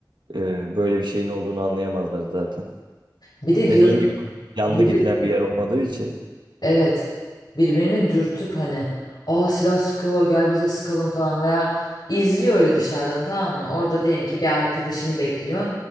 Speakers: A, on the right; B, on the left.
A: e, böyle bir şeyin olduğunu anlayamazlar zaten.
B: Bir de diyor
A: Dediğin gibi yanlı
B: bir,
A: gidilen bir yer olmadığı için.
B: evet birbirini dürtüp hani aa silah sıkıyorlar gel bize sıkalım falan veya izliyor öyle dışarıdan tamam mı? Orada diyelim ki bir arkadaşını bekliyor.